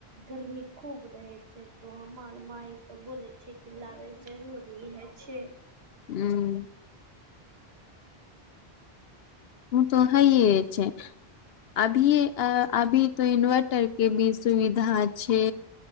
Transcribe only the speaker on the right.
गरमी खूब रहै छै तऽ हमर माइ तऽ बोलै छै कि लागै जरूरी होइ छै